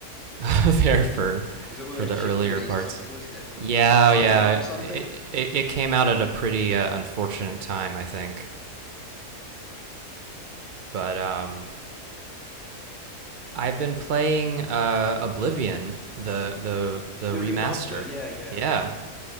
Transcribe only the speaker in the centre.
Was it all
those
chip
delays
or something, wasn't it, from
Ta Taiwan
or something?
The
remaster, yeah, yeah.